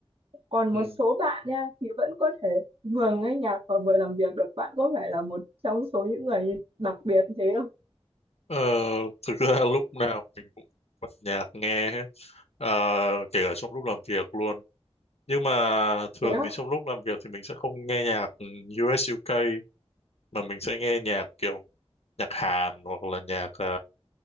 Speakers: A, on the right; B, on the left.
A: còn
B: Ừ.
A: một số bạn nha thì vẫn có thể vừa nghe nhạc và vừa làm việc được bạn có phải là một trong số những người đặc biệt thế không
B: Ờ, thực ra lúc nào mình cũng bật nhạc nghe hết, Ờ, kể cả trong lúc làm việc luôn. Nhưng mà thường
A: thế á?
B: thì trong lúc làm việc thì mình sẽ không nghe nhạc US UK mà mình sẽ nghe nhạc kiểu nhạc Hàn hoặc là nhạc ờ,